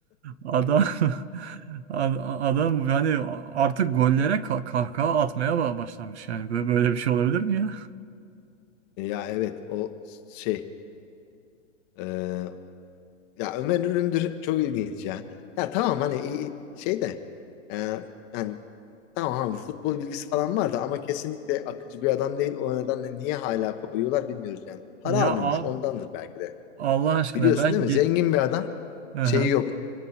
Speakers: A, on the right; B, on the left.
A: Adam <laughs> ad- adam yani artık gollere ka- kahkaha atmaya ba- başlamış yani Bö- böyle bir şey olabilir mi ya?
B: Ya evet o şey e, ya Ömer Üründür çok ilginç ya. Ya tamam hani iyi- şey de e, yani tamam abi, futbol bilgisi falan vardı ama kesinlikle akıcı bir adam değil. O nedenle niye hala koyuyorlar bilmiyoruz yani. Para
A: Ya
B: almıyormuş
A: abi
B: ondandır belki de.
A: Allah aşkına
B: Biliyorsun
A: ben
B: değil mi?
A: geç
B: Zengin bir adam
A: Hı hı.
B: şeyi yok.